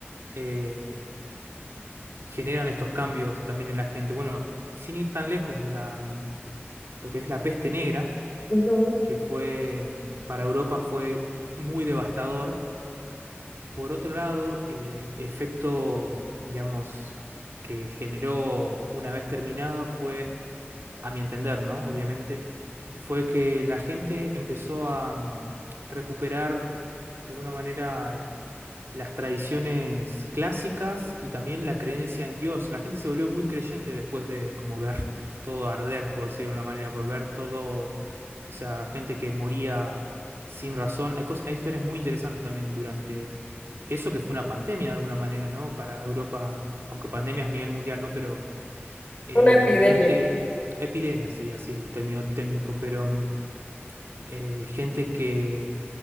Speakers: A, on the right; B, on the left.
A: eh, generan estos cambios también en la gente. Bueno, sin ir tan lejos, la, lo que es la peste negra,
B: Ujú.
A: que fue para Europa fue muy devastador. Por otro lado, el efecto, digamos, que generó una vez terminada fue a mi entender, ¿no? Obviamente, fue que la gente empezó a mm, recuperar de alguna manera las tradiciones clásicas y también la creencia en Dios. La gente se volvió muy creyente después de como ver <laughs> todo arder, por decirlo de una manera, por ver todo, o sea, gente que moría sin razón. Hay cos- hay historias muy interesantes también durante eso que fue una pandemia de alguna manera, ¿no? Para Europa, aunque pandemias a nivel mundial, ¿no? Pero eh,
B: Una epidemia.
A: de gente, epidemia sería así el término técnico, pero mm, eh, gente que